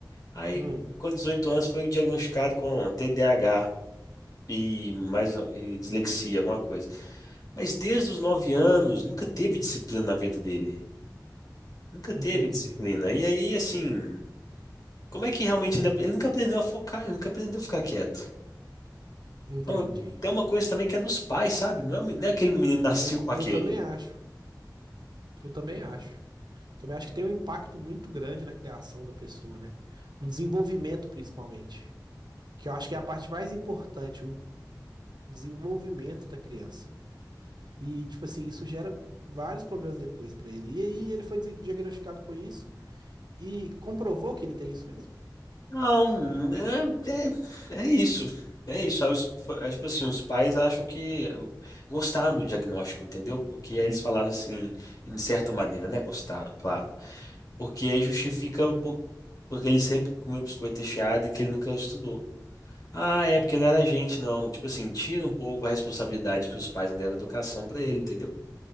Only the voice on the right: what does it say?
Hum,
entendi,
entendi.
Eu,
eu
também acho, eu também acho. Também acho que tem um impacto muito grande na criação da pessoa, né? No desenvolvimento, principalmente. Que eu acho que é a parte mais importante, o desenvolvimento da criança. E, tipo assim, isso gera vários problemas depois pra ele. E aí ele foi di- diagnosticado com isso e comprovou que ele tem isso mesmo.